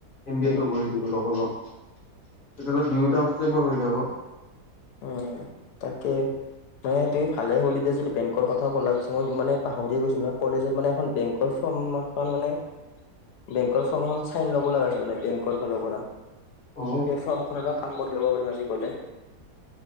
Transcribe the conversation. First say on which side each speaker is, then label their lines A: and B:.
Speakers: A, on the left (about 45°); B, on the left (about 85°).
A: এম বি
B: উম।
A: এটো কৰি দিব লগা লগ তেতিয়াহ'লে দুয়োটা বস্তুয়ে বৰ হৈ যাব
B: উ তাকে মানে তুমি ভালে কলি দে চোন যদি বেংকৰ কথা কলা পিছে মই মানে পাহৰি গৈছিলো কলেজত মানে এখন বেংকৰ ফৰ্মখন মানে বেংকৰ ফৰ্ম এখন চাইন ল'ব লগা আছিল মানে বেংকৰ ফালৰ পৰা
A: অ
B: সেই ফ্ৰৰ্মখনৰো কাম কৰি ল'ব পাৰিম আজি গলে